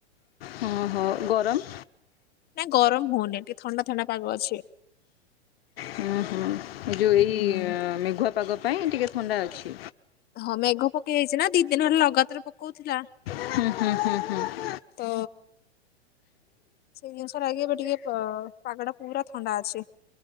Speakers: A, on the left (about 60°); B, on the left (about 30°).
A: ହ ହୋ, ଗରମ!
B: ନାଇଁ, ଗରମ ହଉନି। ଟିକେ ଥଣ୍ଡା ଥଣ୍ଡା ପାଗ ଅଛି।
A: ହୁଁ, ହୁଁ, ଏ ଯଉ, ଏଇ
B: ହୁଁ
A: ମେଘୁଆ ପାଗ ପାଇଁ ଟିକେ ଥଣ୍ଡା ଅଛି।
B: ହଁ, ମେଘ ପକେଇ ଯାଇଛିନା, ଦି ଦିନ ହେଲା ଲଗାତାର ପକଉଥିଲା।
A: ହୁଁ ହୁଁ ହୁଁ ହୁଁ।
B: ତ-ଅ ସେଇ ଜିନିଷରା ହେଇକି ଏବେ ଟିକେ, ପ-ଅ-ପାଗ ଟା ପୁରା ଥଣ୍ଡା ଅଛି।